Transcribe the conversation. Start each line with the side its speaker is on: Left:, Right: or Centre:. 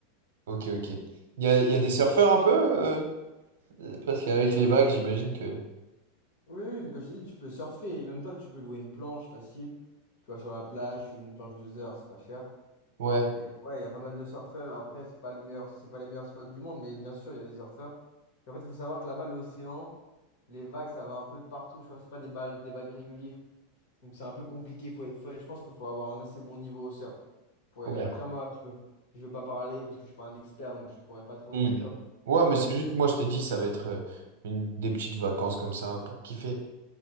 Right: ok. ok. Il y a, il y a des surfeurs un peu euh, euh, Parce qu'avec les vagues, j'imagine que.
Left: Oui, oui, mais quand je t'ai dit, tu peux surfer. Et même toi, tu peux louer une planche facile. Tu vois, sur la plage, tu loues une planche deux heures, c'est pas cher.
Right: Ouais.
Left: Et ouais, il y a pas mal de surfeurs. Après, c'est pas le meilleur, c'est pas les meilleurs spots du monde, mais bien sûr, il y a des surfeurs. Et en fait, il faut savoir que là-bas, l'océan, les vagues, ça va un peu de partout. Tu vois, c'est pas des, ba- des vagues régulières. Donc c'est un peu compliqué. Faut- faut- je pense qu'il faut avoir un assez bon niveau au surf pour
Right: Ouais.
Left: y aller. Après, moi, je peux, je veux pas parler parce que je suis pas un expert, donc je pourrais pas trop
Right: Hmm.
Left: t'en dire
Right: Ouais,
Left: sur ça.
Right: mais
Left: Mais
Right: c'est juste, moi, je t'ai dit, ça va être euh, une, des petites vacances comme ça pour kiffer.